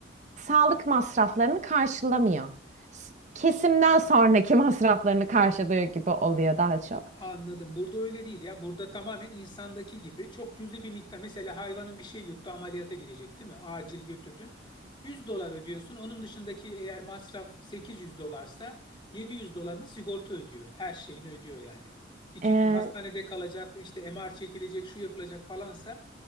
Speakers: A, on the right; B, on the left.
A: sağlık masraflarını karşılamıyor. S- Kesimden sonraki <laughs> masraflarını karşılıyor gibi oluyor daha çok.
B: Anladım. Burada öyle değil ya. Burada tamamen insandaki gibi çok cüzi bir miktar. Mesela hayvanın bir şey yuttu, ameliyata girecek değil mi? Acil götürdün. 100 dolar ödüyorsun. Onun dışındaki eğer masraf 800 dolarsa 700 dolarını sigorta ödüyor. Her şeyini ödüyor yani. İki
A: Ee,
B: gün hastanede kalacak, işte MR çekilecek, şu yapılacak falansa